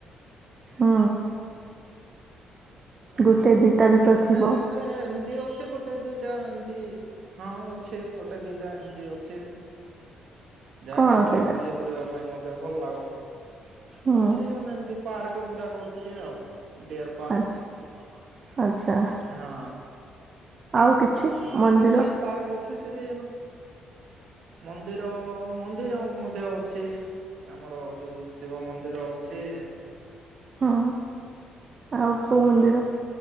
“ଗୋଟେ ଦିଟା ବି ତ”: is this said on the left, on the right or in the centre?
Right